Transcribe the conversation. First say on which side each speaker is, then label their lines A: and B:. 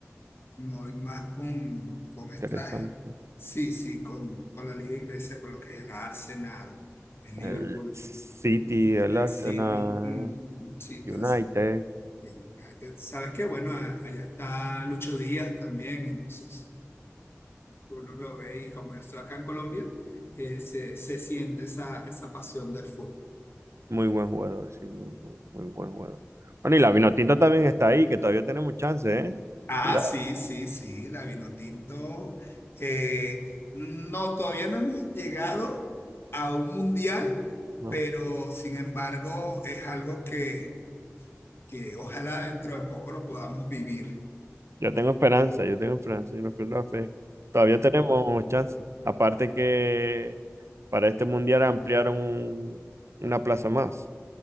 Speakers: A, on the left; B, on the right.
A: me voy más con, con esta,
B: interesante.
A: sí, sí, con, con la liga inglesa, con lo que es el Arsenal, el Liverpool,
B: El City, el
A: el
B: Arsenal,
A: City, mm, sí, lo
B: United,
A: hace. El United. Sabes que bueno, a- allá está Lucho Díaz también, entonces. uno lo ve y como yo estoy acá en Colombia, eh, se, se siente esa, esa pasión del fútbol.
B: muy buen jugador, sí, muy, muy, muy buen jugador. Bueno, y la Vinotinto también está ahí, que todavía tenemos chance, ¿eh?
A: Ah,
B: Cuidado.
A: sí, sí, sí, la Vinotinto. Eh, no, todavía no hemos llegado a un mundial,
B: No.
A: pero sin embargo es algo que, que ojalá dentro de poco lo podamos vivir.
B: Yo tengo esperanza, yo tengo esperanza, yo no pierdo la fe. Todavía tenemos chance. Aparte que para este mundial ampliaron un- una plaza más.